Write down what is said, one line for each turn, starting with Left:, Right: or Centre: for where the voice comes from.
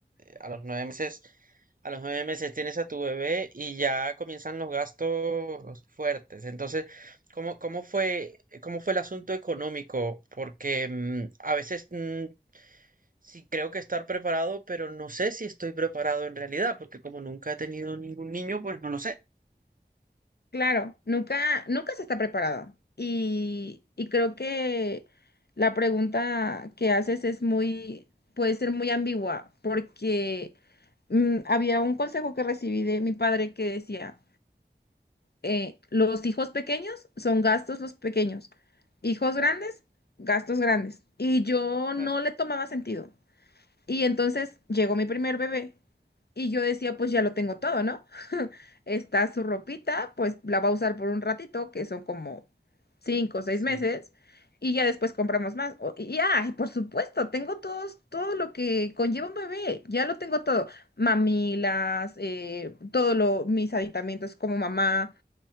Right: a los nueve meses, a los nueve meses tienes a tu bebé y ya comienzan los gastos fuertes. Entonces, ¿cómo, cómo fue, cómo fue el asunto económico? Porque mm, a veces mm, sí creo que estar preparado, pero no sé si estoy preparado en realidad, porque como nunca he tenido ningún niño, pues no lo sé.
Left: Claro, nunca, nunca se está preparado. Y, y creo que la pregunta que haces es muy, puede ser muy ambigua, porque mm, había un consejo que recibí de mi padre que decía, eh, los hijos pequeños son gastos los pequeños, hijos grandes, gastos grandes. Y yo no
Right: Ah,
Left: le tomaba sentido. Y entonces llegó mi primer bebé y yo decía, pues ya lo tengo todo, ¿no? <laughs> Está su ropita, pues la va a usar por un ratito, que son como cinco o seis
Right: sí.
Left: meses, y ya después compramos más. O- y, ah, y, por supuesto, tengo todos, todo lo que conlleva un bebé, ya lo tengo todo. Mamilas, eh, todo lo, mis aditamentos como mamá,